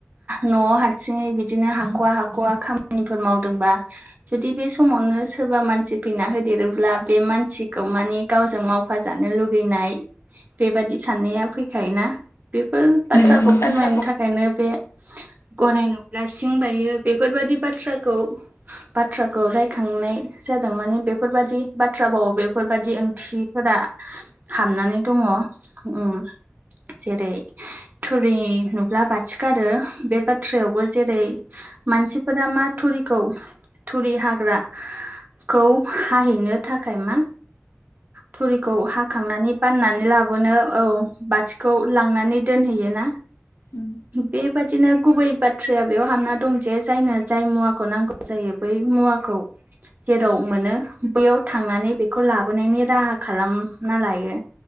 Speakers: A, on the right; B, on the left.
A: न' हार सिङै बिदिनो हाख'वा हाख'वा खामानिफोर मावदोंबा जुदि बे समावनो सोरबा मानसि फैना होदेरोब्ला बे मानसि खौ मानि गावजों मावफा जानो लुगैनाय बेबादि साननाया फैखायोना बेफोर बाथ्राखौ
B: नंगौ नोंथां
A: फोरमायनो थाखायनो बे गराय नुब्ला सिं बायो बेफोरबायादि बाथ्राखौ बाथ्राखौ रायखांनाय जादों माने बेफोरबादि बाथ्रा भाव बेफोरबादि ओंथिफोरा हाबनानै दङ उम जेरै थुरि नुब्ला बाथि गारो बे बाथ थ्रायावबो जेरै मानसिफोरा मा थुरिखौ थुरि हाग्रा खौ हाहैनो थाखाय मा थुरिखौ हाखांनानै बाननानै लाबोनो औ बाथिखौ लांनानै दोनहैयो ना
B: उम
A: बेबादिनो गुबै बाथ्राया बेयाव हाबना दं जे जायनो जाय मुवाखौ नांगौ जायो बै मुवाखौ जेराव मोनो बैयाव थांनानै बेखौ लाबोनायनि राहा खालामना लायो